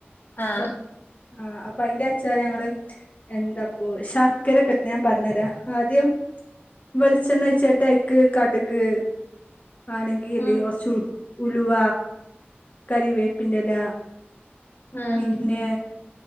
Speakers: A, on the left; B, on the left.
A: ആഹ്
B: കൊർ ആഹ് അപ്പൊ അയിന്റെ അച്ചാറ് ഞങ്ങള് എന്താപ്പോ ശർക്കരെക്കിട്ട് ഞാൻ പറഞ്ഞരാ ആദ്യം വെളിച്ചെണ്ണ ഒയിച്ചിട്ട് അയേക്ക് കട്ക് ആണെങ്കി ഇല്ലേ
A: ആഹ്
B: കൊറച്ചു ഉലുവ കരിവേപ്പിന്റെല
A: ആഹ്
B: പിന്നെ